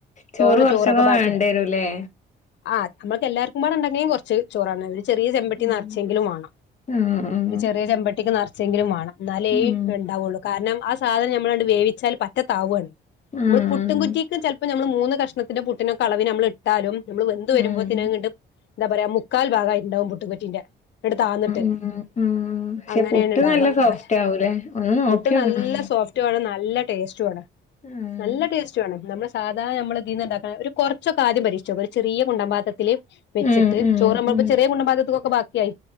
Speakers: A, on the left (about 35°); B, on the left (about 65°).
A: ചോറ്
B: തോന്ന
A: കൊറച്ചൊക്കെ
B: ചോറൊക്കെ ബാക്കി
A: വേണ്ടിരൂല്ലേ
B: ആ നമ്മക്ക് എല്ലാവർക്കും കൂടെ ഉണ്ടെങ്കും കുറച്ച് ചോറാണ് ചെറിയ ചെമ്പട്ടി
A: ഉം
B: നിറച്ചെങ്കിലും വേണം
A: ഉം ഉം
B: ഒരു ചെറിയ ചെമ്പട്ടിക്ക് നിറച്ചെങ്കിലും വേണം എന്നാല
A: ഉം
B: ഉണ്ടാവുള്ളൂ കാരണം ആ സാധനം നമ്മളണ്ട് വേവിച്ചാൽ പറ്റത്താവുകാണ്
A: ഉം
B: നമ്മൾ പുട്ടും കുറ്റിക്കിക്കും ചിലപ്പോ നമ്മൾ മൂന്ന് കഷ്ത്തിന്റെ പുട്ടിനെക്കെളവി നമ്മൾ ഇട്ടാലും നമ്മള് വെന്ത് വരുമ്പോത്തിനെ
A: ഉം
B: കണ്ട് എന്താ പറയാ മുക്കാൽ ഭാഗമായിട്ടുണ്ടാവും പൂട്ടുകുറ്റിന്റെ എടു താന്നിട്ട്
A: ഉം ഉം പക്ഷെ
B: അങ്ങനെയണ
A: പുട്ട്
B: ഇണ്ടാവ
A: നല്ല സോഫ്റ്റ്
B: ക്ക
A: ആവൂലേ ഒന്ന് നോക്കി
B: പുട്ട്
A: നോക്കണം
B: നല്ല സോഫ്റ്റ് വണ് നല്ല ടേസ്റ്റണ്
A: ഉം
B: നല്ല ടേസ്റ്റ് വാണ് നമ്മ സാധാരണ നമ്മള്തിന്നന്ന് ഉണ്ടാക്കണ ഒരു കുറച്ചൊക്കെ ആദ്യം പരീക്ഷിച്ചു ഒരു ചെറിയ കുണ്ടമ്പാത്തത്തില്ൽ വെച്ചിട്ട്
A: ഉം ഉം
B: നമ്മപ്പ
A: ഉം
B: ചെറിയ മുണ്ടാപാത്രതിക്കൊക്കെ ബാക്കി ആയി്